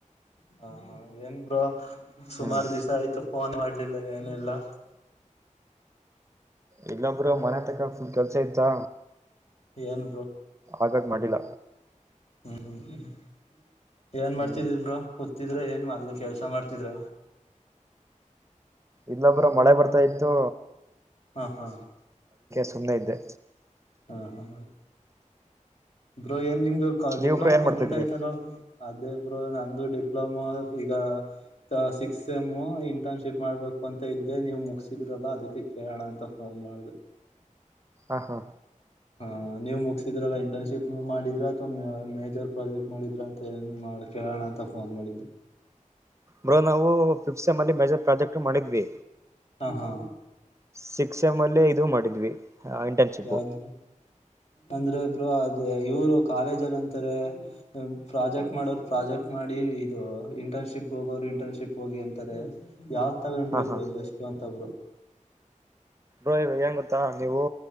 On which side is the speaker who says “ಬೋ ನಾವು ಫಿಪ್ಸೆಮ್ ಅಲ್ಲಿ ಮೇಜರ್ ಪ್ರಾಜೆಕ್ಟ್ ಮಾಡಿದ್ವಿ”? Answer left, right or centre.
Right